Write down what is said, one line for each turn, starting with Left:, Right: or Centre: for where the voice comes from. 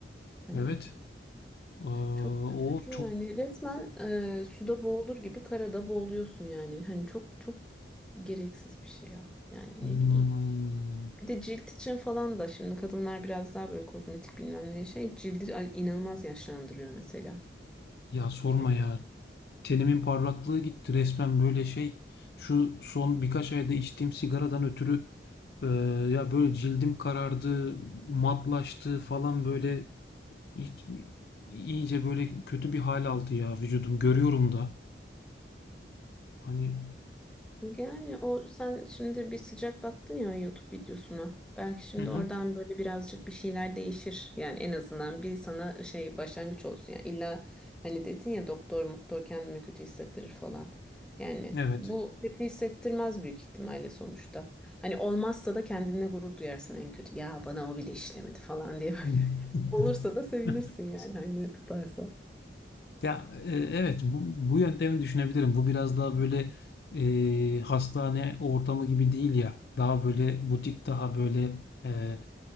Centre: Hani
Left: Evet. Ee, o
Centre: çok üzücü
Left: çok
Centre: yani. Resmen e, suda boğulur gibi karada boğuluyorsun yani. Hani çok çok gereksiz bir şey ya. Yani ne
Left: Hmm.
Centre: bileyim. Bir de cilt için falan da şimdi kadınlar biraz daha böyle kozmetik bilmem ne şey cildi ay- inanılmaz yaşlandırıyor mesela.
Left: Ya sorma
Centre: Hani
Left: ya. Tenimin parlaklığı gitti resmen böyle şey. Şu son birkaç ayda içtiğim sigaradan ötürü e, ya böyle cildim karardı, matlaştı falan böyle hiç, iyice böyle kötü bir hal aldı ya vücudum. Görüyorum da. Hani
Centre: Yani o sen şimdi bir sıcak baktın ya o YouTube videosuna. Belki şimdi
Left: Hı hı.
Centre: oradan böyle birazcık bir şeyler değişir. Yani en azından bir sana şey başlangıç olsun. Yani illa hani dedin ya doktor muktor kendimi kötü hissettirir falan. Yani
Left: Evet.
Centre: bu kötü hissettirmez büyük ihtimalle sonuçta. Hani olmazsa da kendine gurur duyarsın en kötü. Ya bana o bile işlemedi falan
Left: <laughs>
Centre: diye böyle. <laughs> Olursa da sevinirsin yani hani tutarsa.
Left: Ya e, evet bu, bu yöntemi düşünebilirim. Bu biraz daha böyle e, hastane ortamı gibi değil ya. Daha böyle butik, daha böyle e,